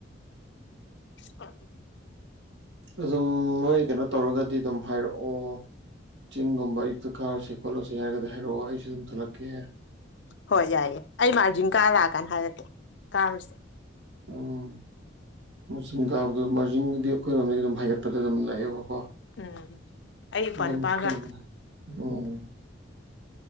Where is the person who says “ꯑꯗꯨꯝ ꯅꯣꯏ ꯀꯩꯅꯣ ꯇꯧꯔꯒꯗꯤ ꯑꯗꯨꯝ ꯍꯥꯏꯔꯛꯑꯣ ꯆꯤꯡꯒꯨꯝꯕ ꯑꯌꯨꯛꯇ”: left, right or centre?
Right